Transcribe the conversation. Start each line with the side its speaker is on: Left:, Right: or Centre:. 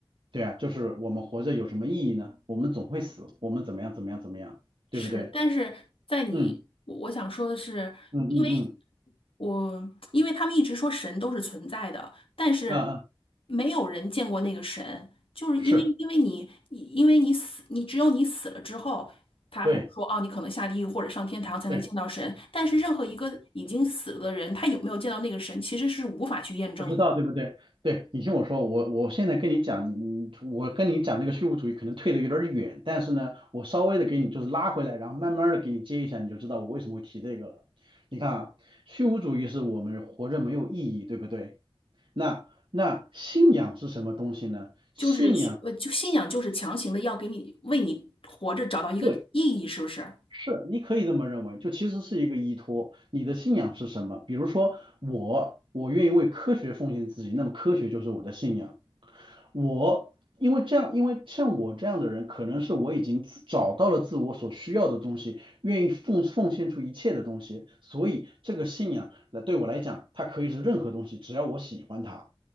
Right: 对啊，就是我们活着有什么意义呢？我们总会死，我们怎么样怎么样怎么样，
Left: 是，
Right: 对不对？
Left: 但是在你，
Right: 嗯
Left: 我我想说的是，
Right: 嗯嗯嗯
Left: 因为我因为他们一直说神都是存在的，但是
Right: 嗯嗯，嗯
Left: 没有人见过那个神，就是因为因为你你因为你死，
Right: 是，
Left: 你只有你死了之后，他会说哦，
Right: 对
Left: 你可能下地狱或者上天堂才能见到神，
Right: 对。对
Left: 但是任何一个已经死了的人，他有没有见到那个神，其实是无法去验证的。
Right: 不知道对不对？对，你听我说，我我现在跟你讲，你我跟你讲这个虚无主义可能退得有点儿远，但是呢，我稍微的给你就是拉回来，然后慢慢的给你接一下，你就知道我为什么会提这个了。你看啊，虚无主义是我们活着没有意义，对不对？那那信仰是什么东西呢？信仰。
Left: 就是需呃，就信仰就是强行的要给你为你活着找到一个意义，
Right: 对，
Left: 是不是？
Right: 是，你可以这么认为，就其实是一个依托。你的信仰是什么？比如说我，我愿意为科学奉献自己，那么科学就是我的信仰。我因为这样，因为像我这样的人，可能是我已经自找到了自我所需要的东西，愿意奉奉献出一切的东西，所以这个信仰来对我来讲，它可以是任何东西，只要我喜欢它。